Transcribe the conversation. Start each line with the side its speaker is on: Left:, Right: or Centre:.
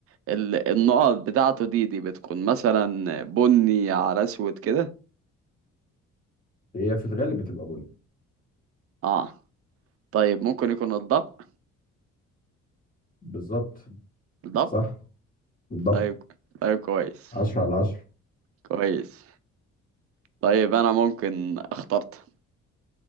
Right: ال- النقط بتاعته دي دي بتكون مثلا بني على اسود كده
Left: هي في الغالب بتبقى بني
Right: اه طيب ممكن يكون الضبع
Left: بالظبط
Right: الضبع
Left: صح بالضبط
Right: طيب طيب كويس
Left: 10 على 10
Right: كويس طيب انا ممكن اخترت